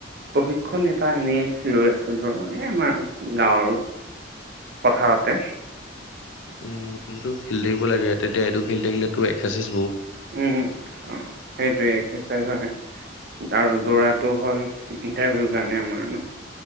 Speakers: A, on the right (about 50°); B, on the left (about 80°).
A: প্ৰশিক্ষণ এটা এনে লৈ আছোঁ ধৰ এ আমাৰ গাঁৱৰ। পথাৰতে।
B: উ এটো খেলি থাকিব লাগে। তেতিয়া এইটো খেলি থাকিলে তু একচা্ চা্ইছ
A: উ, উ সেই টুয়েই। <unintelligible> আৰু দৌৰাটো হ'ল ইটাৰভিউৰ কাৰণে আমাৰ ন,